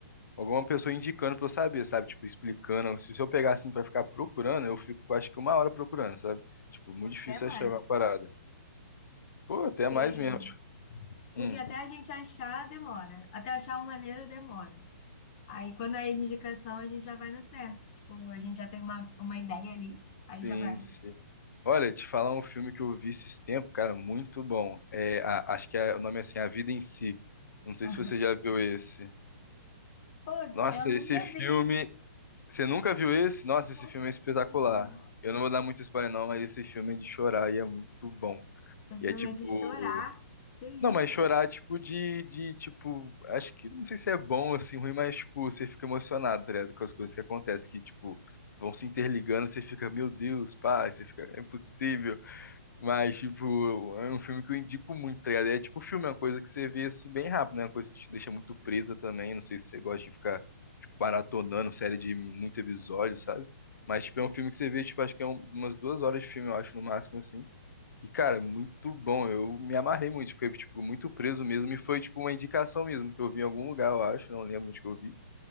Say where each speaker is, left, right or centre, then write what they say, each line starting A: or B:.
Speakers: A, on the left; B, on the left.
A: alguma pessoa indicando pra eu saber, sabe? Tipo, explicando. Se se eu pegar assim pra ficar procurando, eu fico, acho que uma hora procurando, sabe? Tipo, muito difícil
B: Até mais.
A: achar uma parada. Pô, até
B: Porque,
A: mais mesmo. tipo,
B: porque
A: hum.
B: até a gente achar, demora. Até achar um maneiro, demora. Aí quando é indicação, a gente já vai no certo. Tipo, a gente já tem uma, uma ideia ali, aí
A: Sim,
B: já vai.
A: sim. Olha, te falar um filme que eu vi esses tempos, cara, muito bom. É, a- acho que é- o nome é assim, A Vida em Si. Não sei
B: <laughs>
A: se você já viu esse.
B: Pô,
A: Nossa,
B: eu nunca
A: esse filme.
B: vi.
A: Você nunca viu esse? Nossa, esse
B: Nunca
A: filme é espetacular.
B: vi esse filme.
A: Eu não vou dar muito spoiler, não, mas esse filme é de chorar e é muito bom.
B: O filme
A: E é tipo.
B: é de chorar. Que isso?
A: Não, mas chorar, é tipo, de, de, tipo, acho que não sei se é bom, assim, ruim, mas, tipo, você fica emocionado, tá ligado? Com as coisas que acontecem, que, tipo, vão se interligando, você fica, meu Deus, pai, você fica, é impossível. Mas, tipo, é um filme que eu indico muito, tá ligado? É tipo filme, é uma coisa que você vê assim bem rápido, né? Uma coisa que te deixa muito presa também. Não sei se você gosta de ficar, tipo, maratonando série de muito episódio, sabe? Mas, tipo, é um filme que você vê, tipo, acho que é um- umas duas horas de filme, eu acho, no máximo, assim. E, cara, é muito bom. Eu me amarrei muito, fiquei, tipo, muito preso mesmo. E foi, tipo, uma indicação mesmo, que eu vi em algum lugar, eu acho, não lembro onde que eu vi.